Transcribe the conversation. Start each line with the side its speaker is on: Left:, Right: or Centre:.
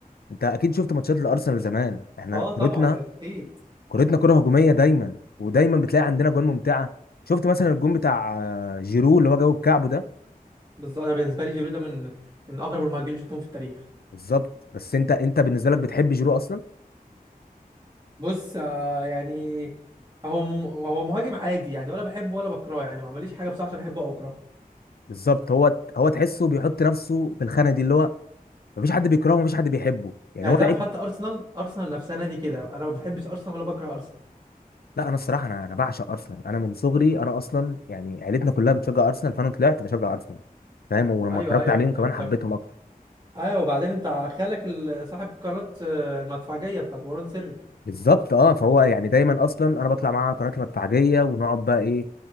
Left: انت اكيد شفت ماتشات الارسنال زمان احنا
Right: اه طبعا
Left: كورتنا
Right: اكيد
Left: كورتنا كرة هجومية دايما ودايما بتلاقي عندنا جوان ممتعة شفت مثلا الجون بتاع آه، جيرو اللي هو جابه بكعبه ده
Right: بالظبط انا بالنسبه لي جيرو ده من من اغرب المهاجمين اللي شفتهم في التاريخ
Left: بالظبط بس انت انت بالنسبة لك بتحب جيرو اصلا
Right: بص آه يعني هو م- هو مهاجم عادي يعني ولا بحبه ولا بكرهه يعني ما عمليش حاجه بصراحه عشان احبه او اكرهه
Left: بالظبط هو هو تحسه بيحط نفسه في الخانة دي اللي هو مفيش حد بيكرهه مفيش حد بيحبه يعني
Right: يعني
Left: هو
Right: تعرف
Left: لعيب
Right: حتى ارسنال ارسنال نفسها نادي كده انا ما بحبش ارسنال ولا بكره ارسنال
Left: لا انا الصراحة انا انا بعشق ارسنال انا من صغري انا اصلا يعني عيلتنا كلها بتشجع ارسنال فانا طلعت بشجع ارسنال فاهم ولما
Right: ايوه
Left: اتفرجت
Right: ايوه
Left: عليهم
Right: انت
Left: كمان
Right: انت
Left: حبيتهم اكتر
Right: ايوه وبعدين انت خالك ال- صاحب قناه آه، المدفعجيه بتاعت وران سري
Left: بالظبط اه فهو يعني دايما اصلا انا بطلع معاه قناه المدفعجيه ونقعد بقى ايه